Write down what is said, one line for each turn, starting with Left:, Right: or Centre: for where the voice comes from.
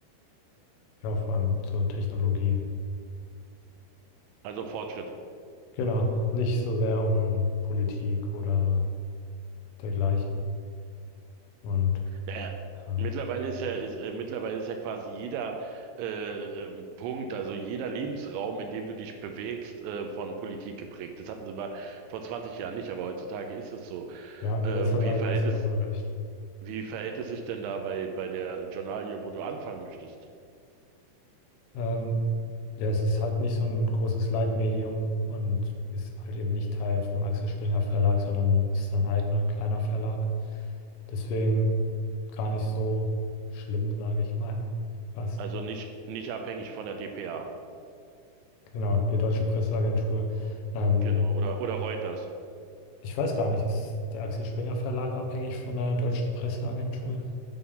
Left: ja, vor allem so Technologie.
Right: Also Fortschritt.
Left: Genau, nicht so sehr um Politik oder dergleichen. Und
Right: Naja,
Left: ja,
Right: mittlerweile ist ja, ist, äh, mittlerweile ist ja quasi jeder äh, ähm, Punkt, also jeder Lebensraum, in dem du dich bewegst, äh, von Politik geprägt. Das hatten sie mal vor 20 Jahren nicht, aber heutzutage ist es so.
Left: ja, in
Right: Ähm,
Left: gewisser
Right: wie
Left: Weise
Right: verhält
Left: hast
Right: es,
Left: du da wohl recht.
Right: wie verhält es sich denn da bei, bei der Journalie, wo du anfangen möchtest?
Left: Ähm, ja, es ist halt nicht so ein großes Leitmedium und ist halt eben nicht Teil vom Axel Springer Verlag, sondern ist sein eigener kleiner Verlag. Deswegen gar nicht so schlimm, sage ich mal. Fast.
Right: Also nicht, nicht abhängig von der dpa.
Left: Genau, die Deutsche Presseagentur. Ähm,
Right: Genau. Oder, oder Reuters.
Left: ich weiß gar nicht, ist der Axel Springer Verlag abhängig von der Deutschen Presseagentur?